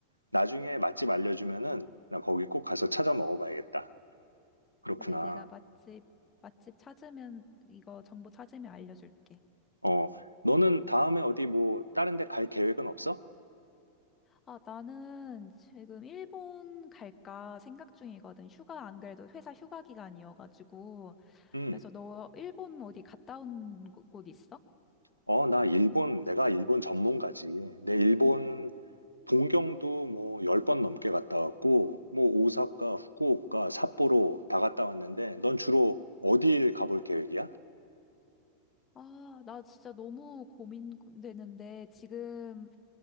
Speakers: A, on the right (about 90°); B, on the left (about 25°).
A: 나중에 맛집 알려주면은 나 거기 꼭 가서 찾아 먹어봐야겠다. 그렇구나.
B: 그래, 내가 맛집, 맛집 찾으면, 이거 정보 찾으면 알려줄게.
A: 어, 너는 다음에 어디 뭐 다른 데 갈 계획은 없어?
B: 아, 나는 지금 일본 갈까 생각 중이거든. 휴가, 안 그래도 회사 휴가 기간이어가지고.
A: 응.
B: 그래서 너 일본 어디 갔다 온 곳 있어?
A: 어, 나 일본, 내가 일본 전문가지. 내 일본 동경도 뭐 열 번 넘게 갔다 왔고, 뭐 오사카, 후쿠오카, 삿포로 다 갔다 왔는데, 넌 주로 어딜 가볼 계획이야?
B: 아, 나 진짜 너무 고민되는데, 지금